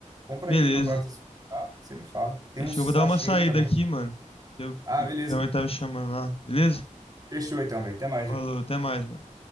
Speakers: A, on the right; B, on the left.
A: Compra
B: Beleza.
A: ele pra para você experimentar. Você me fala. Tem
B: Deixa
A: uns
B: eu vou dar
A: sachê
B: uma saída
A: também.
B: aqui, mano. que Eu,
A: Ah,
B: tô-
A: beleza.
B: minha mãe tá me chamando lá. Beleza?
A: Fechou então, velho. Até mais,
B: Falou,
A: viu?
B: até mais, mano.